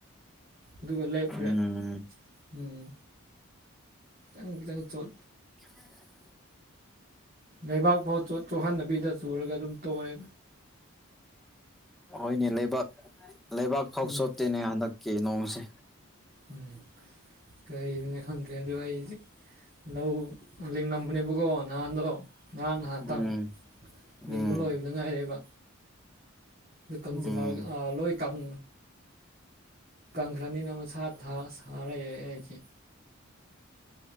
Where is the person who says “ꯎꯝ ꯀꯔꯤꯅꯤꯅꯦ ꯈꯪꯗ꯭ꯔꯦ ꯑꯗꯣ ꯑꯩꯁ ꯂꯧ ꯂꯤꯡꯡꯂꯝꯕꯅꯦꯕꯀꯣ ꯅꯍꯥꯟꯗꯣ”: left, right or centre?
Right